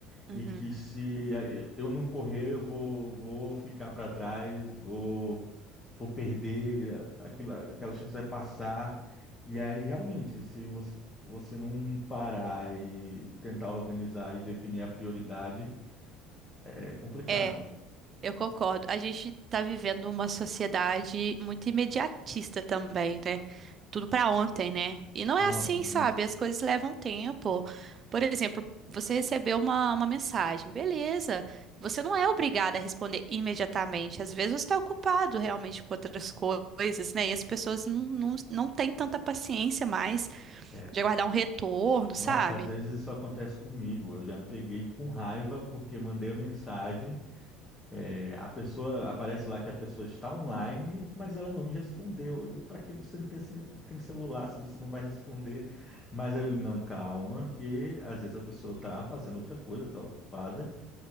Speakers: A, on the left; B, on the right.
A: e
B: Uhum.
A: que se eh, eu não correr, eu vou, vou ficar para trás, vou, vou perder, eh, aquilo, aquela chance vai passar. E aí, realmente, se você, você não parar e tentar organizar e definir a prioridade, é complicado.
B: É, eu concordo. A gente tá vivendo uma sociedade muito imediatista também, né? Tudo pra ontem, né? E não
A: Nossa,
B: é assim,
A: muito.
B: sabe? As coisas levam tempo. Por exemplo, você recebeu uma, uma mensagem, beleza. Você não é obrigada a responder imediatamente. Às vezes você está ocupado realmente com outras coisas, né? E as pessoas não, não, não têm tanta paciência mais.
A: É.
B: de aguardar um retorno,
A: Nossa,
B: sabe?
A: às vezes isso acontece comigo. Eu já me peguei com raiva porque mandei a mensagem. É, a pessoa aparece lá que a pessoa está online, mas ela não me respondeu. Para que você ter, ce- tem celular se você não vai responder? Mas aí eu digo, não, calma, que às vezes a pessoa está fazendo outra coisa, está ocupada,